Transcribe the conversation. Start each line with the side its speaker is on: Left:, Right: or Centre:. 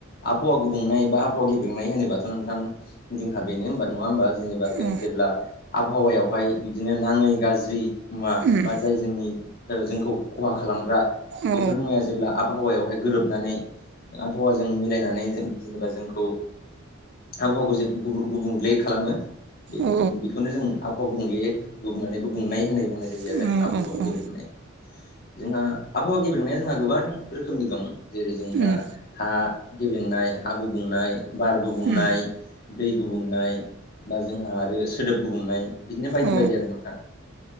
Left: आबहावा गुबुंनाय बा आबहावा गेबेंनाय होनोबाथ' नोंथां जोंहा बेनो होनबा नङा होमबा? जेनेबा जों
Right: औ
Left: जेब्ला आबहावायावहाय बिदिनो नाङै गाज्रि मुवा
Right: उम
Left: बा जाय जोंनि ओ जोंखौ खहा खालामग्रा
Right: औ
Left: बेफोर मुवाया जेब्ला आबहावायावहाय गोरोबनानै आबहावाजों मिलायनानै जेन जेनेबा जोंखौ आबहावाखौ जेन गुबुं गुबुंले खालामो बे
Right: औ
Left: बेखौनो जों आबहावा गुबुंले गुबुंनानै गुबुंनाय होननाय बुंनाय जायो
Right: औ
Left: आरो आबहावा
Right: औ
Left: गेब्रेंनाय जोंहा आबहावा गेब्रेंनाया जोंहा गोबां रोखोमनि दं जेरै जोंहा
Right: उम
Left: हा गेब्रेंनाय हा गुबुंनाय बार गुबुंनाय।
Right: उम
Left: दै गुबुंनाय बा जोंहा आरो सोदोब गुबुंनाय बिदिनो बायदि
Right: औ
Left: बायदि आरो नोंथां।